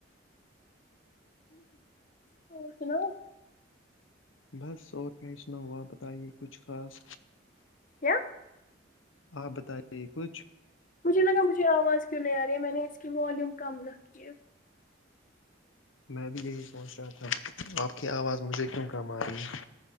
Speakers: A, on the left; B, on the left.
A: تو سناو
B: بس اور کیا ہی سناؤ آ بتائیے کچھ خاص
A: کیا
B: آپ بتائیے کچھ
A: مجھے لگا مجھے آواز کیوں نہیں آ رہی ہے میں نے اس کی والیوم کم رکھی ہے
B: میں بھی یہی سوچ رہا تھا آپ کی آواز مجھے کیوں کم آ رہی ہے